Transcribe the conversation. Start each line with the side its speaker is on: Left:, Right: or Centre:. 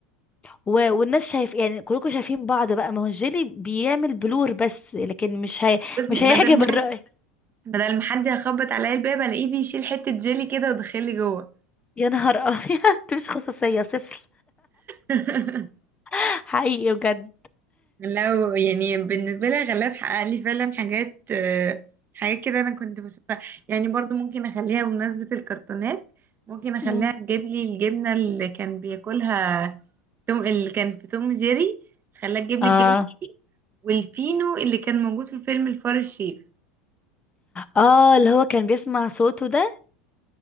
Left: و... والناس شايف يعني كلكم شايفين بعض بقى ما هو الجيلي بيعمل بلور بس لكن مش هي...
Right: بصي
Left: مش
Right: بدل
Left: هيحجب
Right: ما
Left: الرأي
Right: حد بدل ما حد يخبط عليا الباب الاقيه بيشيل حته جيلي كده ودخلي جوه
Left: يا نهار ابيض <laughs> مش خصوصية صفر
Right: <laughs>
Left: <laughs> حقيقي بجد
Right: لو يعني بالنسبة لي غلاف حقق لي فعلا حاجات آه، حاجات كده أنا كنت بشوفها يعني برضو ممكن أخليها بمناسبة الكرتونات ممكن أخليها
Left: مم.
Right: تجيب لي الجبنة اللي كان بياكلها توم اللي كان في توم جيري خلاها تجيب
Left: اه
Right: لي الجبنة دي والفينو اللي كان موجود في فيلم الفار الشيف
Left: اه اللي هو كان بيسمع صوته ده